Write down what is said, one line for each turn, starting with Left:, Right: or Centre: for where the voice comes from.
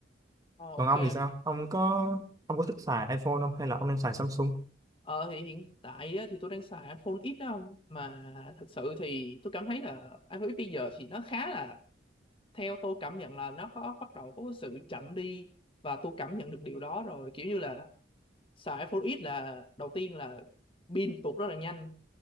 Left: Ờ
Right: còn
Left: ok.
Right: ông thì sao ông có ông có thích xài iPhone không hay là ông đang xài Samsung
Left: Ờ thì hiện tại á, thì tôi đang xài iPhone X á ông mà thật sự thì tôi cảm thấy là iPhone X bây giờ thì nó khá là theo tôi cảm nhận là nó có bắt đầu có sự chậm đi và tôi cảm nhận được điều đó rồi kiểu như là xài iPhone X là đầu tiên là pin tụt rất là nhanh